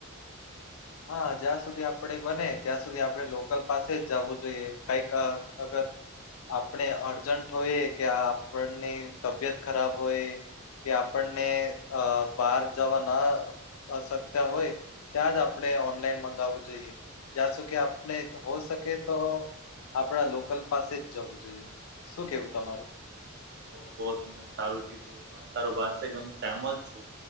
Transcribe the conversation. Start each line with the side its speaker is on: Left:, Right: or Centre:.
Left: હા જ્યાં સુધી આપણે બને ત્યાં સુધી આપણે લોકલ પાસે જ જવું જોઈએ કઈક અગર આપણે અર્જન્ટ હોય કે આપણને તબિયત ખરાબ હોય કે આપણને અ બહાર જવા ના અશક્ય હોય ત્યાં જ આપણે ઓનલાઈન મગાવવું જોઈએ જ્યાં સુકે આપણે હો શકે તો આપણા લોકલ પાસે જ જવું જોઈએ શું કેવું તમારું?
Right: તો બહ તમને સારું કીધું સારો ભત છેમ સામજ છું